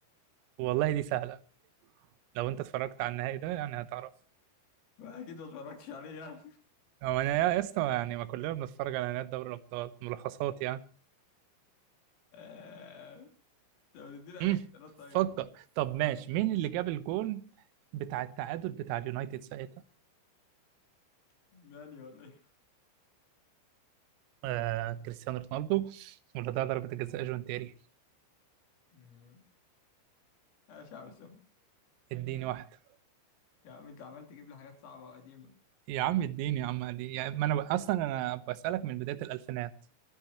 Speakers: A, on the right; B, on the left.
A: والله دي سهلة لو أنت اتفرجت على النهائي ده يعني هتعرف
B: ما اكيد ما اتفرجتش عليه يعني
A: هو أنا يا اسطى يعني ما كلنا بنتفرج على نهائي دوري الأبطال ملخصات يعني
B: <laughs> طب تديني اي
A: مم.
B: اختيارات طيب
A: فكر طب ماشي مين اللي جاب الجون بتاع التعادل بتاع اليونايتد ساعتها
B: ماني ولا ايه
A: آه كريستيانو رونالدو ولا ده ضربة الجزاء جون تيري
B: مم. ماشي يا عم سام
A: اديني واحدة
B: يا عم انت عمال تجيب لي حاجات صعبة وقديمة
A: يا عم اديني يا عم علي يعني ما انا ب- اصلا انا بسألك من بداية الالفينات